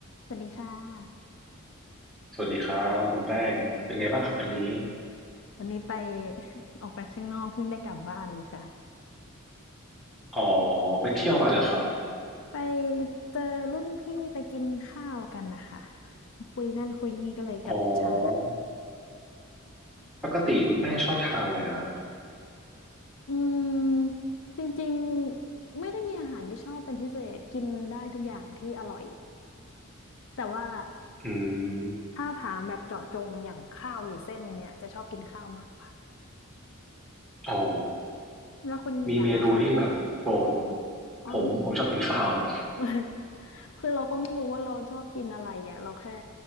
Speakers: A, on the left; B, in the centre.
A: สวัสดีค่ะ
B: สวัสดีครับคุณแป้งเป็นไงบ้างครับวันนี้
A: วันนี้ไป <laughs> ออกไปข้างนอกเพิ่งได้กลับบ้านเลยค่ะ
B: อ๋อไปเที่ยวมาเหรอครับ
A: ไปเจอรุ่นพี่ไปกินข้าวกันนะคะคุยนั่นคุยนี่ก็เลยกลับช้า
B: อ๋อปกติคุณแป้งชอบทานอะไรฮะ
A: อืมจริงๆไม่ได้มีอาหารที่ชอบเป็นพิเศษกินได้ทุกอย่างที่อร่อยแต่ว่า
B: อืม
A: ถ้าถามแบบเจาะจงอย่างข้าวหรือเส้นเนี้ยจะชอบกินข้าวมากกว่า
B: อ๋อ
A: แล้วคุณอย่างอะคะ
B: มีเมนูที่แบบโปรดไหม
A: อ๋อ
B: ผมผมชอบกินข้าวครับ
A: <laughs> คือเราก็ไม่รู้ว่าเราชอบกินอะไรอ่ะเราแค่